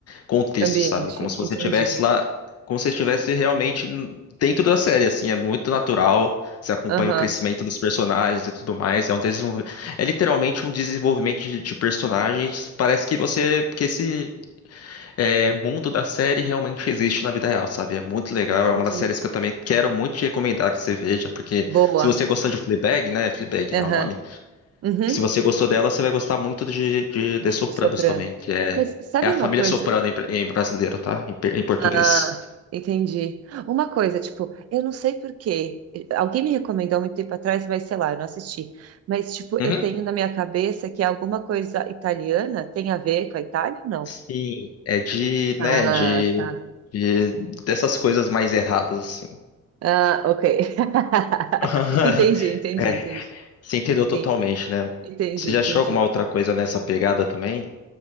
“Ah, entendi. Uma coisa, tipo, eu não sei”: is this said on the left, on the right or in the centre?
Right